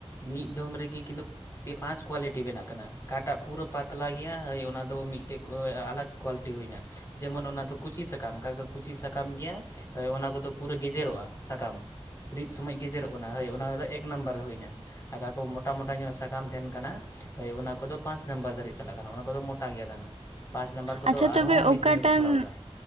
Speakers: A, on the left; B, on the right.
A: ᱢᱤᱫ ᱫᱚᱢ ᱨᱮᱜᱮ ᱠᱤᱱᱛᱩ ᱯᱮ ᱯᱟᱸᱪ ᱠᱳᱣᱟᱞᱤᱴᱤ ᱵᱮᱱᱟᱜ ᱠᱟᱱᱟ ᱚᱠᱟᱴᱟᱜ ᱯᱩᱨᱟᱹ ᱯᱟᱛᱞᱟ ᱜᱮᱭᱟ ᱦᱟ. ᱭ ᱚᱱᱟ ᱫᱚ ᱢᱤᱫᱴᱮᱡ ᱟᱞᱟ..... ᱠᱚᱣᱟᱞᱤᱴᱤ ᱦᱩᱭᱱᱟ ᱡᱮᱢᱚᱱ ᱚᱱᱟ ᱫᱚ ᱠᱩᱪᱤ ᱥᱟᱠᱟᱢ ᱚᱠᱟ ᱠᱩᱪᱤ ᱥᱟᱠᱟᱢ ᱜᱮᱭᱟ ᱦᱟ. ᱭ ᱚᱱᱟ ᱠᱚᱫᱚ ᱯᱩᱨᱟᱹ ᱜᱮᱡᱮᱨᱚᱜᱼᱟ ᱥᱟᱠᱟᱢ ᱨᱤᱫ ᱥᱚᱢᱚᱭ ᱜᱮᱡᱮᱨᱚᱜ ᱠᱟᱱᱟ ᱦᱳᱭ ᱚᱱᱟ ᱫᱚ ᱮᱠ ᱱᱟᱢᱵᱟᱨ ᱨᱮ ᱦᱩᱭᱱᱟ ᱟᱠᱟ ᱠᱚ ᱢᱚ...... ᱴᱟ ᱢᱚᱴᱟ ᱧᱚᱜ ᱥᱟᱠᱟᱢ ᱛᱟᱦᱮᱱ ᱠᱟᱱᱟ ᱦᱟ. ᱭ ᱚᱱᱟ ᱠᱚᱫᱚ ᱯᱟᱸᱪ ᱱᱟᱢᱵᱟᱨ ᱫᱷᱟ. ᱨᱤᱡ ᱪᱟᱞᱟᱜ ᱠᱟᱱᱟ ᱚᱱᱟ ᱠᱚᱫᱚ ᱢᱚᱴᱟ ᱜᱤᱭᱟ ᱫᱟᱱᱟ ᱯᱟᱸᱪ ᱱᱟᱢᱵᱟᱨ ᱠᱚᱫᱚ
B: ᱟᱪᱪᱷᱟ ᱛᱚᱵᱮ
A: ᱟᱨᱦᱚᱸ ᱢᱮᱥᱤᱱ
B: ᱚᱠᱟᱴᱟᱱ
A: ᱨᱮᱠᱚ ᱵᱷᱚᱨᱟᱣ ᱮᱫᱟ